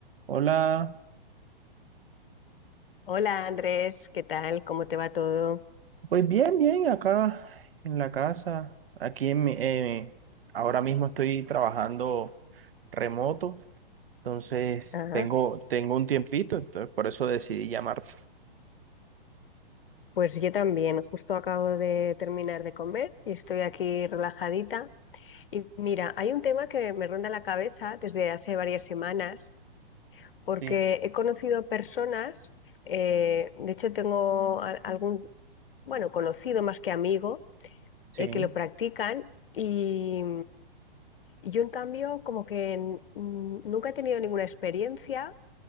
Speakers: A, on the right; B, on the left.
A: Hola,
B: Hola Andrés, ¿qué tal? ¿Cómo te va todo?
A: pues bien, bien, acá en la casa, aquí en mi, eh, ahora mismo estoy trabajando remoto, entonces
B: Ah,
A: tengo, tengo un tiempito, entonces por eso decidí llamarte.
B: pues yo también, justo acabo de terminar de comer y estoy aquí relajadita. Y mira, hay un tema que me ronda la cabeza desde hace varias semanas, porque
A: Sí,
B: he conocido personas, eh, de hecho tengo a- algún, bueno, conocido más que amigo,
A: sí,
B: eh, que lo practican y, y yo en cambio como que mm, nunca he tenido ninguna experiencia